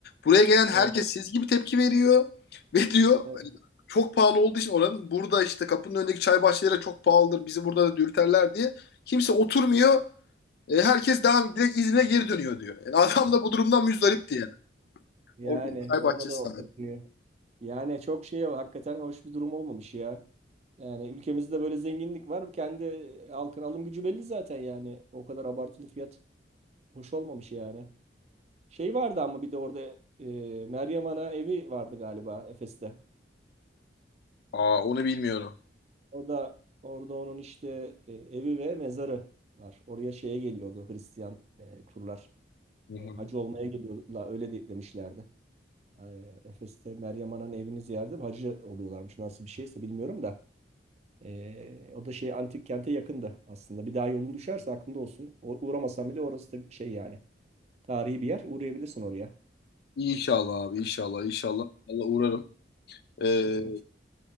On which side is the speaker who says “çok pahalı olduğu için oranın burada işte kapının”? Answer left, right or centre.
Left